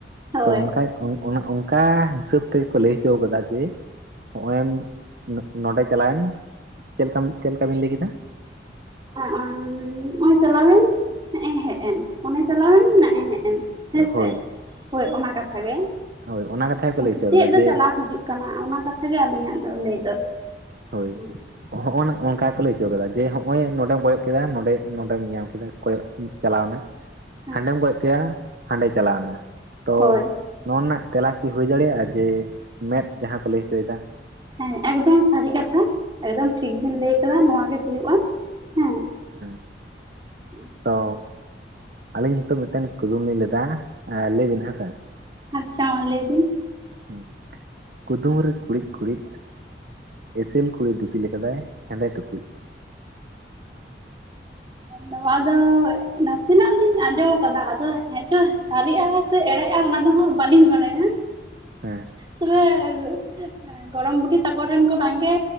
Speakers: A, on the right; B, on the right.
A: ᱦᱳᱭ
B: ᱛᱚ ᱚᱱᱠᱟ ᱚᱱ ᱚᱱ ᱚᱱᱠᱟ ᱦᱤᱥᱟᱹᱵ ᱛᱮᱜᱮ ᱠᱚ ᱞᱟᱹᱭ ᱦᱚᱪᱚ ᱠᱟᱫᱟ ᱡᱮ ᱦᱚᱸᱜᱼᱚᱭ ᱱᱚᱸᱰᱮ ᱪᱟᱞᱟᱣᱮᱱ ᱪᱮᱫ ᱞᱮᱠᱟ ᱪᱮᱫ ᱞᱮᱠᱟ ᱵᱤᱱ ᱞᱟᱹᱭ ᱠᱮᱫᱟ
A: ᱟᱢᱻ ᱱᱚᱜ-ᱚᱭ ᱪᱟᱞᱟᱣᱮᱱ ᱱᱚᱜ-ᱚᱭ ᱦᱮᱡ ᱮᱱ ᱚᱱᱮ ᱪᱟᱞᱟᱣᱮᱱ ᱮᱱ-ᱮ ᱦᱮᱡ ᱮᱱ ᱦᱮᱸ ᱥᱮ,
B: ᱦᱳᱭ
A: ᱦᱳᱭ ᱚᱱᱟ ᱠᱟᱛᱷᱟ ᱜᱮ
B: ᱦᱳᱭ ᱚᱱᱟ ᱠᱟᱛᱷᱟ ᱜᱮᱠᱚ
A: ᱢᱟᱱᱮ
B: ᱞᱟᱹᱭ ᱦᱚᱪᱚ
A: ᱪᱮᱫ
B: ᱠᱟᱫᱟ
A: ᱫᱚ
B: ᱡᱮ
A: ᱪᱟᱞᱟᱣ ᱦᱤᱡᱩᱜ ᱠᱟᱱᱟ ᱚᱱᱟ ᱠᱟᱛᱷᱟ ᱜᱮ ᱟᱹᱞᱤᱧᱟᱜ ᱫᱚ ᱞᱟᱹᱭ ᱫᱚ
B: ᱦᱳᱭ
A: ᱦᱮᱸ
B: ᱦᱚᱸᱜᱼᱚᱭ ᱚᱝᱠᱟ ᱜᱮᱠᱚ ᱞᱟᱹᱭ ᱦᱚᱪᱚᱣ ᱠᱮᱫᱟ ᱡᱮ ᱱᱚᱜᱼᱚᱭ ᱱᱚᱸᱰᱮᱢ ᱠᱚᱭᱚᱜ ᱠᱮᱫᱟ ᱱᱚᱰᱮ ᱱᱚᱰᱮᱢ ᱧᱟᱢ ᱠᱮᱫᱟ ᱠᱚᱭᱚᱜ ᱪᱟᱞᱟᱣᱱᱟ
A: <inaudible>
B: ᱦᱟᱸᱰᱮᱢ ᱠᱚᱭᱚᱜ ᱠᱮᱜ-ᱟ ᱦᱟᱸᱰᱮ ᱪᱟᱞᱟᱣᱱᱟ ᱛᱚ
A: ᱦᱳᱭ
B: ᱱᱚᱣᱟ ᱨᱮᱱᱟᱜ ᱛᱮᱞᱟ ᱠᱤ ᱦᱩᱭ ᱫᱟᱲᱮᱭᱟᱜᱼᱟ ᱡᱮ ᱢᱮᱸᱫ ᱡᱟᱦᱟᱸ ᱠᱚ ᱞᱟᱹᱭ ᱦᱚᱪᱚᱭᱮᱫᱟ
A: ᱦᱮᱸ ᱮᱠᱫᱚᱢ ᱥᱟᱹᱨᱤ ᱠᱟᱛᱷᱟ ᱮᱠᱫᱚᱢ ᱴᱷᱤᱠ ᱵᱤᱱ ᱞᱟᱹᱭ ᱟᱠᱟᱫᱟ ᱱᱚᱶᱟ ᱜᱮ ᱦᱩᱭᱩ-ᱟ ᱦᱮᱸ᱾
B: ᱦᱮᱸ
A: ᱟᱪᱪᱷᱟ
B: ᱛᱚ ᱟᱹᱞᱤᱧ ᱦᱤᱛᱚᱜ ᱢᱤᱫᱴᱮᱱ ᱠᱩᱫᱩᱢ ᱞᱤᱧ ᱞᱟᱹᱭ ᱫᱟ ᱞᱟᱹᱭ ᱵᱤᱱ ᱦᱮᱸᱥᱮ
A: ᱟᱪᱪᱷᱟ ᱞᱟᱹᱭ ᱵᱤᱱ
B: ᱦᱩᱸ, ᱠᱩᱫᱩᱢ ᱨᱮ ᱠᱩᱬᱤᱫ ᱠᱩᱬᱤᱫ ᱮᱥᱮᱞ ᱠᱩᱲᱤ ᱫᱤᱯᱤᱞ ᱟᱠᱟᱫᱟᱭ ᱦᱮᱸᱫᱮ ᱴᱩᱠᱩᱡ
A: ᱱᱚᱣᱟ ᱫᱚ ᱱᱟᱥᱮᱱᱟᱜ ᱞᱤᱧ ᱟᱸᱡᱚᱢ ᱟᱠᱟᱫᱟ ᱟᱫᱚ ᱦᱮᱸ ᱪᱚ ᱥᱟᱨᱤᱜ-ᱟ᱾ ᱥᱮ ᱮᱲᱮᱜᱼᱟ ᱚᱱᱟ ᱫᱚ ᱦᱟᱸᱜ ᱵᱟᱹᱞᱤᱧ ᱵᱟᱲᱟᱭᱟ
B: ᱦᱮᱸ
A: ᱛᱚᱵᱮ ᱦᱮᱸ, ᱜᱚᱲᱚᱢ ᱵᱩᱰᱦᱤ ᱛᱟᱠᱚ ᱴᱷᱮᱱ ᱠᱷᱚᱱᱟᱜ ᱜᱮ